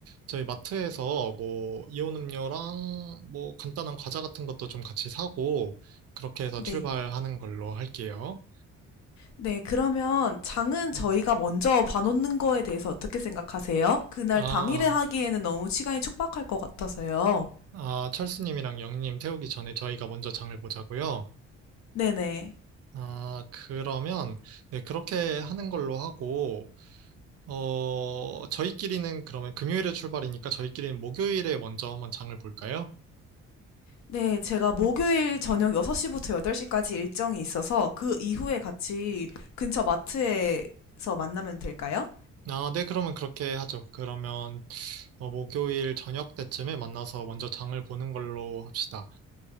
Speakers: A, on the right (about 55°); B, on the left (about 65°).
A: 저희 마트에서 뭐, 이온 음료랑 뭐, 간단한 과자 같은 것도 좀 같이 사고, 그렇게 해서
B: 네.
A: 출발하는 걸로 할게요.
B: 네, 그러면 장은
A: 음.
B: 저희가 먼저 봐놓는 거에 대해서 어떻게 생각하세요? 그날
A: 아,
B: 당일에 하기에는 너무 시간이 촉박할 것 같아서요.
A: 아, 철수님이랑 영님 태우기 전에 저희가 먼저 장을 보자고요.
B: 네네.
A: 아, 그러면, 네, 그렇게 하는 걸로 하고, 어, 저희끼리는 그러면 금요일에 출발이니까 저희끼리는 목요일에 먼저 한번 장을 볼까요?
B: 네, 제가 목요일 저녁 6시부터 8시까지 일정이 있어서 그 이후에 같이 근처 마트에서 만나면 될까요?
A: 아, 네, 그러면 그렇게 하죠. 그러면, 어, 목요일 저녁 때쯤에 만나서 먼저 장을 보는 걸로 합시다.